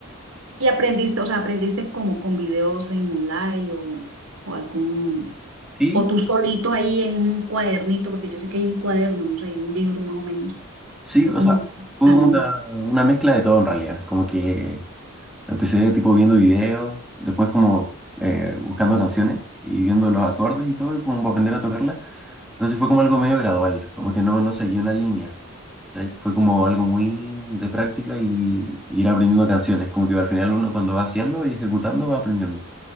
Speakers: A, on the right; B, in the centre.
A: ¿Y aprendiste, o sea, aprendiste como con videos en online o, o algún,
B: Sí,
A: o tú solito ahí en un cuadernito, porque yo sé que hay un cuaderno, no sé, hay un libro más o menos.
B: sí,
A: Yo
B: o
A: como,
B: sea, fue
A: ya
B: una,
A: ¿no?
B: una mezcla de todo en realidad, como que... Empecé tipo viendo videos, después como eh, buscando canciones y viendo los acordes y todo, como para aprender a tocarla. Entonces fue como algo medio gradual, como que no, no seguí una línea. ¿cachai? Fue como algo muy de práctica y ir aprendiendo canciones, como que al final uno cuando va haciendo y ejecutando va aprendiendo.